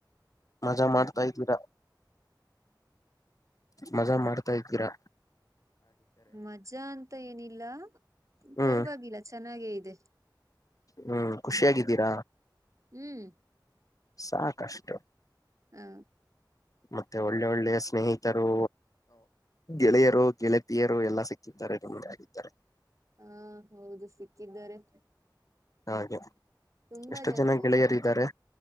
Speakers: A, on the left (about 45°); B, on the right (about 40°).
A: ಮಜಾ ಮಾಡ್ತಾಯಿದೀರಾ ಮಜಾ ಮಾಡ್ತಾಯಿದ್ದೀರಾ
B: ಮಜಾ ಅಂತ ಏನಿಲ್ಲ
A: ಹ್ಮ್
B: ಪರವಾಗಿಲ್ಲ ಚೆನ್ನಾಗೇಯಿದೆ..
A: ಹ್ಮ್ ಖುಷಿಯಾಗಿದ್ದೀರ.
B: ಹ್ಮ್
A: ಸಾಕಷ್ಟು
B: ಹಾ.
A: ಮತ್ತೆ ಒಳ್ಳೆ ಒಳ್ಳೆಯ ಸ್ನೇಹಿತರು ಗೆಳೆಯರು ಗೆಳತಿ. ತಿಯರು ಎಲ್ಲಾ ಸಿಗ್ತಾರೆ <unintelligible>
B: ಹಾ ಹೌದು ಸಿಕ್ಕಿದ್ದಾರೆ.
A: ಹಾಗೆ
B: ತುಂಬಾ
A: ಎಷ್ಟು
B: ಜನ ಅಲ್ಲ
A: ಗೆಳೆಯರಿದ್ದಾರೆ